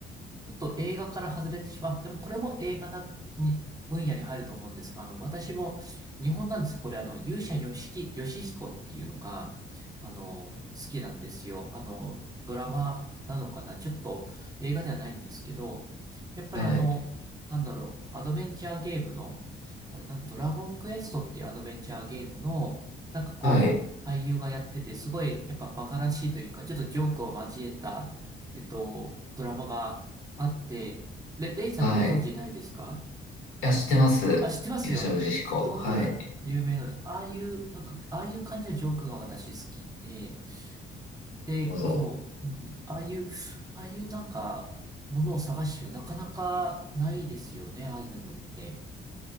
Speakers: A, on the right; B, on the left.
A: ちょっと映画から外れてしまっても、これも映画だに、分野に入ると思うんですが、あの、私も、日本なんですこれ、あの、勇者よしき、よしひこっていうのが、あの、好きなんですよ。あの、ドラマなのかな、ちょっと映画ではないんですけど、やっぱりあの、
B: はい。
A: なんだろう、アドベンチャーゲームの、あれなん、ドラゴンクエストっていうアドベンチャーゲームの、なんかこう、
B: はい。
A: 俳優がやってて、すごい、やっぱバカらしいというか、ちょっとジョークを交えた、えっと、ドラマが、あって、レ、レイさんご存知ないですか
B: はい。いや、知ってます。
A: あ、知ってますよね。
B: 勇者ヨシヒコ。
A: すごく
B: はい。
A: <laughs>
B: なる
A: 有名なので、ああいう、なんか、ああいう感じのジョークが私好きで、で、
B: ほど。
A: そう、うん、ああいう、ああいうなんか、ものを探してるのなかなかないですよね、ああいうのって。